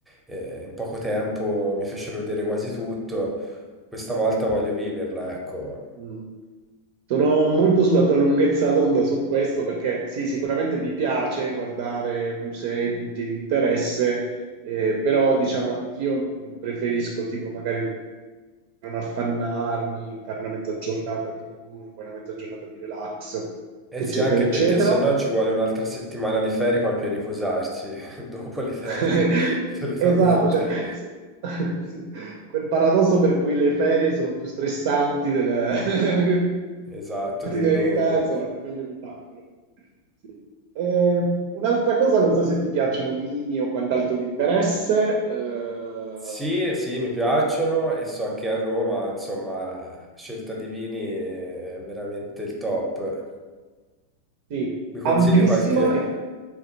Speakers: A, in the centre; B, on the right.
A: eh, in poco tempo mi fecero vedere quasi tutto, questa volta voglio viverla, ecco.
B: mm. Sono molto sulla tua lunghezza d'onda su questo perché sì, sicuramente mi piace guardare musei, punti di interesse, eh, però diciamo anch'io mh, preferisco tipo magari affannarmi, fare una mezza giornata di tour, poi una mezza giornata di relax,
A: Eh
B: eccetera,
A: sì, anche
B: eccetera.
A: perché se no ci vuole un'altra settimana di ferie poi per riposarci <laughs> dopo le ferie,
B: <laughs>
A: <laughs> solitamente.
B: Esatto, cioè, s- <laughs> sì, quel paradosso per cui le ferie sono più stressanti della <laughs> della
A: Esatto,
B: quotidianità,
A: del dopo.
B: insomma, è meglio evitarlo. Sì. Eh, un'altra cosa, non so se ti piacciono vini o quant'altro di interesse, ehm,
A: Sì, sì, mi piacciono e so che a Roma, insomma, la scelta di vini è veramente il top.
B: sì,
A: Mi consigli
B: ampissima
A: qualche
B: e